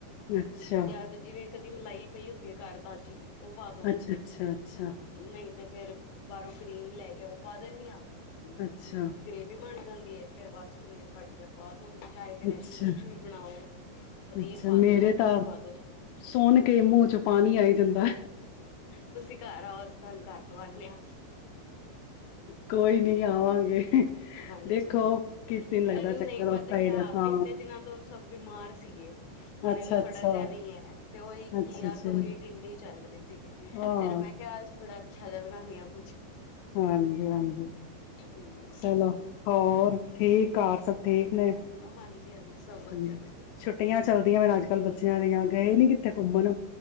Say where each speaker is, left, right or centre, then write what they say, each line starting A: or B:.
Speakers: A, on the left; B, on the left.
A: ਅੱਛਾ।
B: ਜਾਂ ਤੇ ਜਿਵੇਂ ਕਦੀ ਮਲਾਈ ਪਈ ਹੁੰਦੀ ਹੈ ਘਰ ਤਾਜ਼ੀ ਉਹ ਪਾ ਦੋ,
A: ਅੱਛਾ ਅੱਛਾ ਅੱਛਾ ਅੱਛਾ
B: ਨਹੀਂ ਤੇ ਫੇਰ ਬਾਹਰੋਂ ਕਰੀਮ ਲੈ ਕੇ ਉਹ ਪਾ ਦਿੰਦੀ ਆਾਂ।
A: ਅੱਛਾ।
B: ਵੀ ਬਣ ਜਾਂਦੀ ਏ ਫੇਰ ਬਸ ਪਨੀਰ ਕੱਟ ਕੇ ਪਾ ਦੋ। ਚਾਹੇ ਫੇਰ
A: ਅੱਛਾ
B: ਇਸ ਕੁਛ ਵੀ ਬਣਾਓ ਪਨੀਰ
A: ਅੱਛਾ
B: ਪਾ ਦੋ
A: ਮੇਰੇ
B: ਚਾਹੇ ਮਟਰ
A: ਤਾਂ
B: ਪਾ ਦੋ।
A: ਸੁਣ ਕੇ ਮੂੰਹ ਚ ਪਾਣੀ ਆਈ ਜਾਂਦਾ
B: ਤੁਸੀਂ ਘਰ ਆਓ ਅਸੀ ਤੁਹਾਨੂੰ ਘਰ ਖਵਾਨੇ ਆ
A: ਕੋਈ ਨੀ। ਆਵਾਂਗੇ।
B: ਹਾਂਜੀ,
A: ਦੇਖੋ ਕਿਸ ਦਿਨ ਲੱਗਦਾ
B: ਅਰੇ
A: ਚੱਕਰ
B: ਨਹੀਂ ਪਤਾ
A: ਉਸ ਸਾਈਡ
B: ਕਿਆ
A: ਹਾਂ
B: ਇੰਨੇ ਦਿਨਾਂ ਤੋਂ ਸਭ ਬਿਮਾਰ ਸੀਗੇ ਹੁਣੇ
A: ਅੱਛਾ
B: ਵੀ ਥੋੜਾ
A: ਅੱਛਾ
B: ਜਿਹਾ ਵੀ ਹੈ ਤੇ ਉਹੀ
A: ਅੱਛਾ
B: ਘੀਆ,
A: ਅੱਛਾ
B: ਤੋਰੀ, ਟਿੰਡੇ ਹੀ ਚੱਲ ਰਹੇ ਸੀਗੇ
A: ਹਾਂ
B: ਫਿਰ ਮੈਂ ਕਿਹਾ ਅੱਜ ਥੋੜ੍ਹਾ ਅੱਛਾ ਜਿਹਾ ਬਣਾਨੀ ਆ ਕੁਛ।
A: ਹਾਂਜੀ, ਹਾਂਜੀ,
B: ਜੀ।
A: ਚੱਲੋ। ਹੋਰ ਠੀਕ ਘਾ਼ਰ ਸਭ ਠੀਕ। ਨੇ
B: ਹਾਂਜੀ, ਹਾਂਜੀ ਸਭ
A: ਹਮ
B: ਵਧੀਆ ਤੁਸੀਂ ਦੱਸੋ।
A: ਛੁੱਟੀਆਂ ਚੱਲਦੀਆਂ ਮੈਨ ਅੱਜ ਕੱਲ੍ਹ ਬੱਚਿਆਂ ਦੀਆਂ ਗਏ ਨੀ ਕਿੱਥੇ ਘੁੰਮਣ